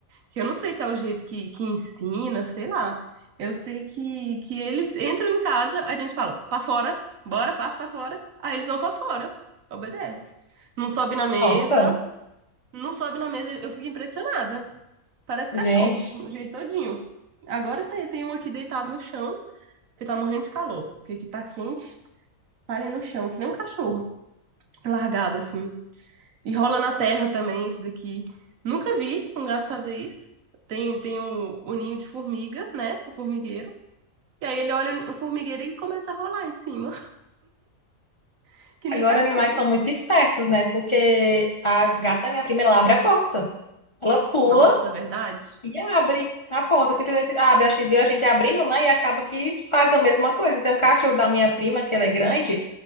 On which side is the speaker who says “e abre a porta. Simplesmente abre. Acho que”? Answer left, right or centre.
Left